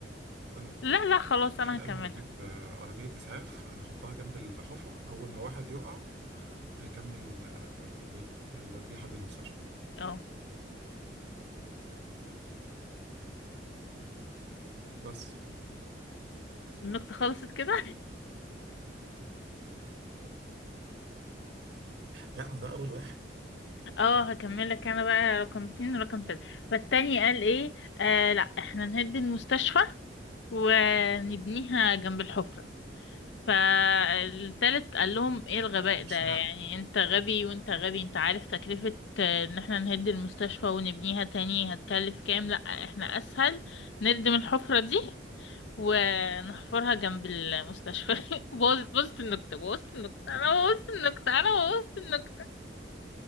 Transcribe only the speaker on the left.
لا لا خلاص انا
هكملها
اه
النكتة خلصت كده
<laughs> اه هكمل لك انا بقى رقم اتنين ورقم تلاتة فالتاني قال ايه آه لا احنا نهد المستشفى ونبنيها جنب الحفرة فالتالت قال لهم ايه الغباء ده
يعني انت غبي وانت غبي انت عارف تكلفة آه، ان احنا نهد المستشفى ونبنيها تاني هتكلف كام لا احنا اسهل نردم الحفرة دي ونحفرها جنب المستشفى <laughs> بوظت بوظت النكتة بوظت النكتة انا بوظت النكتة انا بوظت النكتة